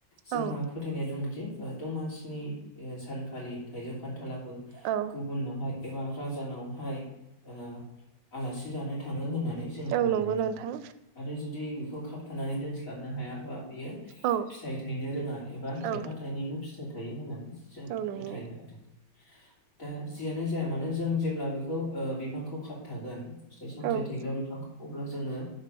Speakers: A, on the left; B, on the right.
A: जोंहा
B: औ
A: फोथायनाय दं जे ओ दमासिनि ओ सानखालि थाइजौ खान्थालाबो
B: औ
A: गु बुनावहाय एबा राजानावहाय ओ आलासि जानो थाङो होननानै जोङो
B: औ
A: फोथायनाय
B: नंगौ नोंथां
A: जायो। आरो जुदि बेखौ खाबथानानै दोनस्लाबनो हायाबा बियो
B: औ
A: फिथाइ थायनो रोङा एबा थायफा
B: औ
A: थाइनैल' फिथाइ थायो होननानै जों
B: औ नंगौ
A: <unintelligible> दा जियानो जाया मानो जों जेब्ला बेखौ ओ बिफांखौ खौ खाबथागोन फिथाइ सामथाइ
B: औ
A: थायग्रा बिफांखौ अब्ला जोङो